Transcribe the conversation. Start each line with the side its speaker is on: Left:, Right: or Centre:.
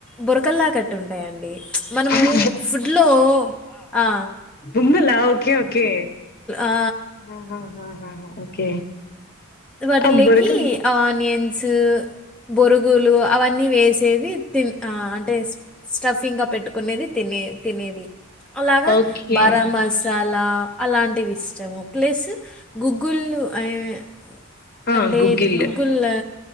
Centre: బురకల్లా కట్టుంటాయండి మనము
Left: ఆహా,
Centre: ఫుడ్లో ఆ
Left: బుంగలా ఓకే ఓకే
Centre: ఆ.
Left: ఆ ఆ ఓకే
Centre: వాటిల్లేకి
Left: ఆ బొరకలు
Centre: ఆనియన్స్ బొరుగులు అవన్నీ వేసేది తిన్ ఆ అంటే స్టఫింగ్గా పెట్టుకునేది తిన్ నే తినేది అలాగా
Left: ఓకే
Centre: బరమసా లా అలాంటివి ఇష్టము ప్లస్ గుగ్గుల్లు అయే
Left: ఆ
Centre: అంటే
Left: గుగ్గిల్
Centre: గుగ్గులా